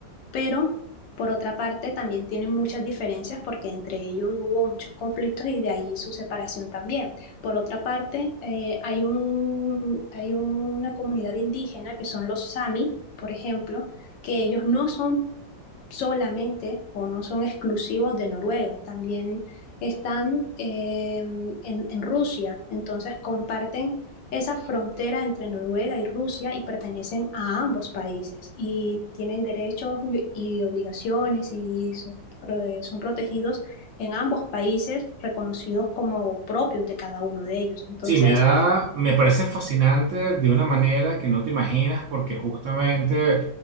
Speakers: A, on the left; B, on the right.
A: pero por otra parte también tienen muchas diferencias porque entre ellos hubo muchos conflictos y de ahí su separación también. Por otra parte, eh, hay, un, hay una comunidad indígena que son los Sami, por ejemplo, que ellos no son solamente o no son exclusivos de Noruega, también están eh, en, en, Rusia, entonces comparten esa frontera entre Noruega y Rusia y pertenecen a ambos países y tienen derechos y obligaciones y son, son protegidos en ambos países, reconocidos como propios de cada uno de ellos. Entonces,
B: Sí, me da, me parece fascinante de una manera que no te imaginas, porque justamente